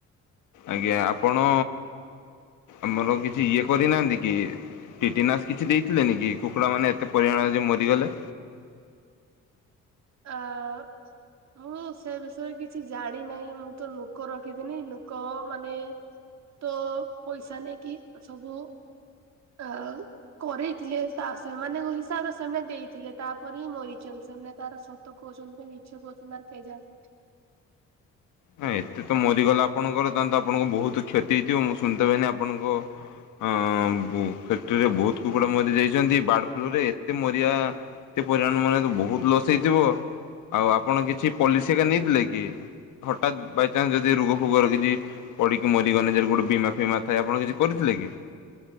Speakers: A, on the left; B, on the right.
A: ଆଜ୍ଞା ଆପଣ ଆମର କିଛି ଇଏ କରିନାହାଁନ୍ତି କି? ଟିଟିନାସ କିଛି ଦେଇଥିଲେନି କି କୁକୁଡ଼ା ମାନେ ଏତେ ପରିମାଣରେ ଯେ ମରିଗଲେ?
B: ଆ ମୁଁ ସେ ବିଷୟରେ କିଛି ଜାଣି ନାହିଁ ମୁଁ ତ ଲୋକ ରଖିଥିନି ଲୋକ ମାନେ ତ ପଇସା ନେଇକି ସବୁ ଅ କରେଇଥିଲେ ସେମାନଙ୍କ ହିସାବରେ ସେମାନେ ଦେଇଥିଲେ ତାପରେ ହିଁ ମରିଛନ୍ତି ସେମାନେ ତାର ସତ କହୁଛନ୍ତି ମିଛ କହୁଛନ୍ତି ତାର କେଜାଣି?
A: ନା ଏତେ ତ ମରିଗଲା ଆପଣଙ୍କର ତାହେ ତ ଆପଣଙ୍କ ବହୁତ କ୍ଷତି ହେଇଥିବ ମୁଁ ଶୁଣିଥିନି ଆପଣଙ୍କ ଅ ଫ୍ୟାକ୍ଟ୍ରିରେ ବହୁତ କୁକୁଡା ମରି ଯାଇଛନ୍ତି ବାର୍ଡ ଫ୍ଲୁରେ ଏତେ ମରିବା ଏତେ ପରିମାଣ ମରିବା ବହୁତ ଲସ୍ ହେଇଥିବ ଆଉ ଆପଣ କିଛି ପଲିସି ହେରିକା ନେଇଥିଲେ କି? ହଠାତ୍ ବାଇଚାନ୍ସ ଯଦି ରୋଗ ଫୋଗ ରହିଛି। ପଡିକି ମରିଗଲେ ଗୋଟେ ବୀମା ଫିମା ଥାଏ ଆପଣ କିଛି କରିଥିଲେ କି?